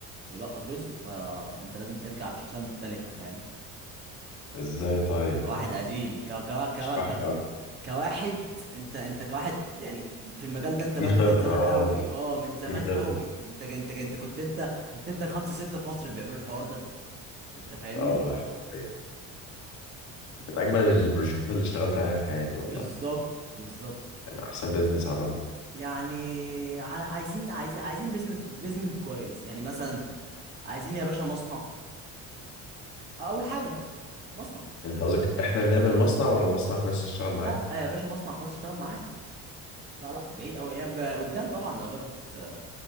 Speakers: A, on the right; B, on the left.
A: ويلقط رزقه فانت لازم ترجع بشخصية مختلفة فاهم
B: ازاي طيب
A: كواحد
B: يعني
A: قديم كوا كوا كوا
B: اشرح
A: كوا-
B: لي اكتر
A: كواحد انت انت كواحد يعني في المجال ده انت
B: في
A: بادئه
B: خبره
A: من زمان قوي اه من زمان
B: في خبره
A: قوي انت انت انت كنت انت كنت انت خمسة ستة في مصر اللي بيعملوا الحوار ده انت فاهمني
B: اه والله حرفيا من اجمل البروجكتات اللي اشتغلت عليها في حياتي والله
A: بالظبط بالظبط
B: يعني احسن بيزنس عملته
A: يعني ع- عايزين عايزين عايزين بيزمنت بيزمنت كويس يعني مثلا عايزين يا باشا مصنع اول حاجة مصنع
B: انت قصدك احنا اللي نعمل المصنع ولا المصنع كويس نشتغل
A: لا
B: معاه
A: آه، يا باشا مصنع كويس تشتغل معاه لا لا بعيد قوي يعني ب- قدام طبعا لو جابت آه،